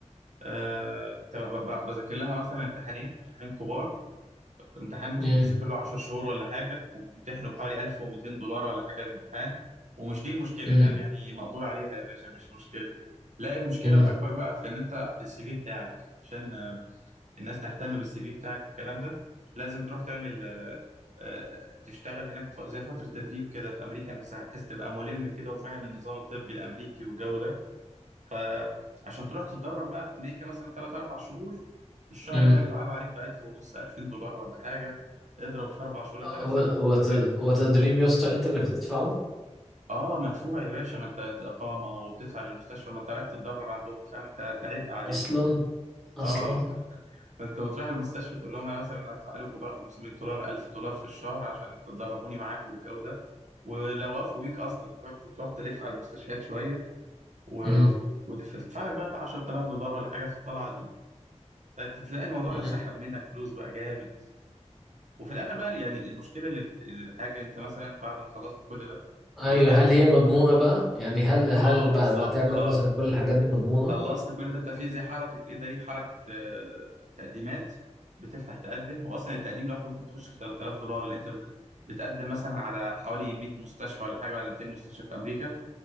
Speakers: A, on the right; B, in the centre.
A: آه، انت ب- ب- بذاكر لها مثلا امتحانين امتحانين كبار امتحان ممكن
B: مم،
A: تذاكر له 10 شهور ولا حاجه وبتمتحنه بحوالي 1200 دولار ولا حاجه الامتحان ومش دي المشكله
B: مم،
A: فاهم يعني مقدور عليها يا باشا مش مشكله لا المشكله
B: مم،
A: الاكبر بقى في ان انت السي في بتاعك عشان آه، الناس تهتم بالسي في بتاعك والكلام ده لازم تروح تعمل آه، آه، تشتغل هناك ف- زي فتره تدريب كده في امريكا نفسها بحيث تبقى ملم كده وفاهم النظام الطبي الامريكي والجو ده فعشان تروح تتدرب بقى في امريكا مثلا 3 4 شهور الشهر
B: مم.
A: بقى بيقعد عليك ب 1000 ونص 2000 دولار ولا حاجه اضرب في اربع شهور
B: هو
A: هتلاقي نفسك
B: هو
A: بتتكلم
B: ت- هو تدريب يا اسطى أنت اللي بتدفعه
A: اه مدفوع يا باشا ما انت اقامه وبتدفع للمستشفى ما انت رايح تتدرب عندهم فاهم انت تعب عليهم
B: أصلا أصلا
A: اه ف- فانت بتروح المستشفى تقول لهم انا مثلا هدفع لكم بقى 500 دولار 1000 دولار في الشهر عشان تدربوني معاكم والجو ده ولو وافقوا بيك اصلا انت فاهم أنت بتروح تلف على المستشفيات شويه و...
B: مم،
A: و... وتدفع لك بقى بتاع 10000 دولار ولا حاجه في الطلعه دي فتلاقي الموضوع
B: مم.
A: سحب منك فلوس بقى جامد وفي الاخر بقى يعني المشكله اللي بت... الحاجه انت مثلا بعد ما خلصت كل ده
B: أيوه
A: بتلاقي
B: هل
A: نفسك
B: هي مضمونة بقى؟ يعني هل هل
A: اه بالظبط
B: بعد ما تعمل
A: اه
B: مثلا كل الحاجات دي مضمونة؟
A: خلصت كل ده بتبقى فيه زي حركه ايه ده ايه حركه آه... تقديمات بتفتح تقدم هو اصلا التقديم لوحده ممكن يخش في 3000 دولار اللي انت بت... بتقدم مثلا على حوالي 100 مستشفى ولا حاجه ولا 200 مستشفى في امريكا